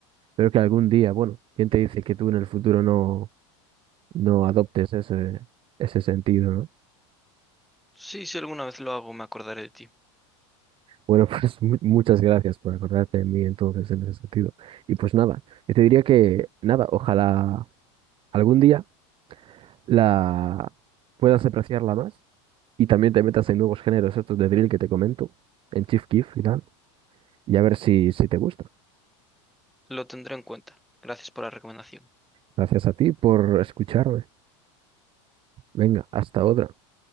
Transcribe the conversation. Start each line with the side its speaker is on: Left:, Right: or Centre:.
Right: Pero que algún día, bueno, ¿quién te dice que tú en el futuro no, no adoptes ese, ese sentido, ¿no?
Centre: Sí, si alguna vez lo hago, me acordaré de ti.
Right: Bueno, <laughs> pues mu- muchas gracias por acordarte de mí entonces en ese sentido. Y pues nada, yo te diría que nada, ojalá algún día la puedas apreciarla más y también te metas en nuevos géneros estos de drill que te comento, en Chief Keef y tal, y a ver si, si te gusta.
Centre: Lo tendré en cuenta. Gracias por la recomendación.
Right: Gracias a ti por escucharme. Venga, hasta otra.